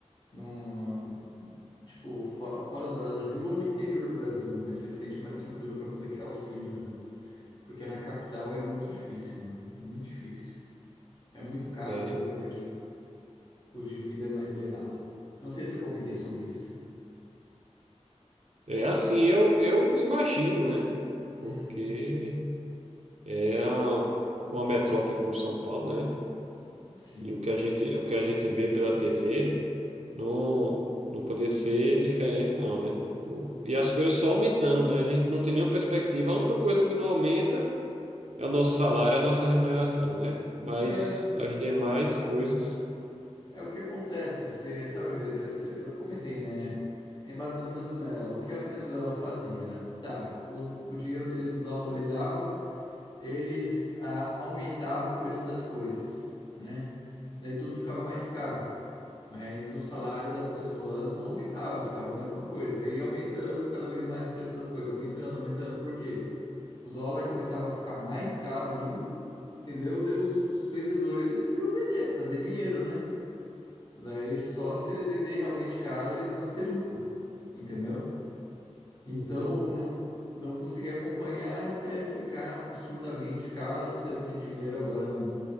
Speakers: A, on the left; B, on the right.
A: num, tipo, fo- fora do Brasil ou no interior do Brasil, né? Você se sente mais tranquilo para poder criar os filhos, né? Porque na capital é muito difícil, mano. Muito difícil. É muito caro
B: É,
A: as coisas aqui. O custo de vida é mais elevado. Não sei se eu comentei sobre isso.
B: é assim, eu, eu imagino, né?
A: Uhum,
B: Porque é a- uma metrópole como São Paulo, né?
A: sim.
B: E o que a gente, o que a gente vê pela TV não, não podia ser diferente, não, né? O- E as coisas só aumentando, né? A gente não tem nenhuma perspectiva. A única coisa que não aumenta É o nosso salário, é a nossa remuneração, né? Mas
A: É,
B: as demais coisas,
A: é o que acontece. Você sabe, a Vene- cê- eu comentei, né? Em base da Venezuela, o que a Venezuela fazia? Tá, o, o dinheiro deles valorizava, eles ah, aumentavam o preço das coisas, né? Daí tudo ficava mais caro, mas o salário das pessoas não aumentava, ficava a mesma coisa. Daí ia aumentando cada vez mais o preço das coisas, aumentando, aumentando. Por quê? o dólar começava a ficar mais caro ainda, entendeu? Daí os, os vendedores, eles queriam vender, fazer dinheiro, né? Daí só se eles venderem realmente caro, eles iam ter lucro, entendeu? Então
B: uhum.
A: não, não consegui acompanhar até ficar absurdamente caro, sendo que dinheiro agora não,